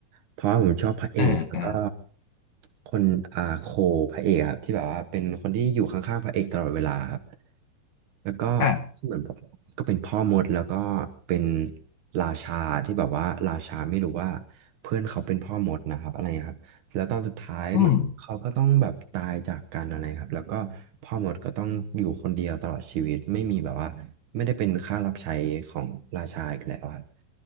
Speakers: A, on the right (about 65°); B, on the left (about 65°).
A: เพราะว่าผมชอบพระเอกแล้วก็
B: อ่าอ่า
A: คนอ่าโคพระเอกครับที่แบบว่าเป็นคนที่อยู่ข้างๆพระเอกตลอดเวลาครับแล้วก็
B: อ่า
A: เหมือนแบบก็เป็นพ่อมดแล้วก็เป็นราชาที่แบบว่าราชาไม่รู้ว่าเพื่อนเขาเป็นพ่อมดนะครับอะไรครับ แล้วตอนสุดท้ายเหมือนเขาก็ต้องแบบตายจากกันอะไรครับแล้วก็พ่อมดก็ต้องอยู่คนเดียวตลอดชีวิตไม่มีแบบว่าไม่ได้เป็นข้ารับใช้ของราชาอีกแล้วครับ
B: อืม